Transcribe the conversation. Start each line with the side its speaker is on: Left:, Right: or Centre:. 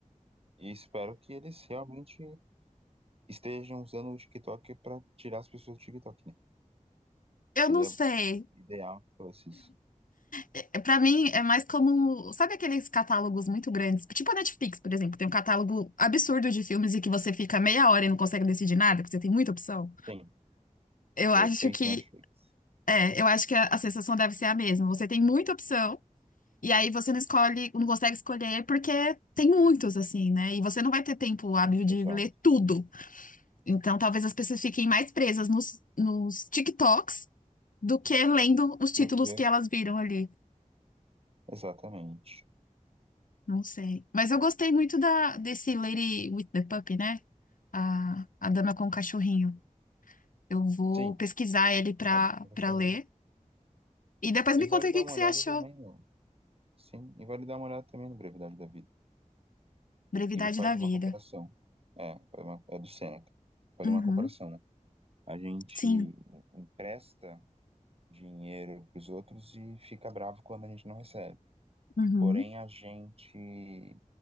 Right: e espero que eles realmente estejam usando o TikTok para tirar as pessoas do TikTok, né? Seria
Left: Eu não sei.
Right: ideal que fosse isso.
Left: É, Pra mim é mais como, sabe aqueles catálogos muito grandes, tipo a Netflix, por exemplo, tem um catálogo absurdo de filmes e que você fica meia hora e não consegue decidir nada, porque você tem muita opção.
Right: Sim,
Left: Eu
Right: o
Left: acho
Right: efeito
Left: que
Right: Netflix.
Left: é, eu acho que a, a sensação deve ser a mesma. Você tem muita opção e aí você não escolhe, não consegue escolher porque tem muitos assim, né? E você não vai ter tempo hábil de
Right: Exato.
Left: ler tudo. Então, talvez as pessoas fiquem mais presas nos, nos TikToks do que lendo os títulos
Right: Do que?
Left: que elas viram ali.
Right: Exatamente.
Left: Não sei. Mas eu gostei muito da, desse Lady with the Puppy, né? A, a Dama com o Cachorrinho. Eu vou
Right: Sim,
Left: pesquisar ele pra,
Right: a do que eu tô
Left: pra
Right: falando.
Left: ler. E depois me
Right: E vale
Left: conta
Right: dar
Left: o que
Right: uma
Left: que você
Right: olhada
Left: achou.
Right: também no. Sim, e vale dar uma olhada também no Brevidade da Vida.
Left: Brevidade
Right: Que ele faz
Left: da
Right: uma
Left: Vida.
Right: comparação. É, faz uma- é do Seneca. Faz
Left: Uhum,
Right: uma comparação, né? A gente
Left: sim.
Right: empresta dinheiro para os outros e fica bravo quando a gente não recebe.
Left: Uhum,
Right: Porém, a gente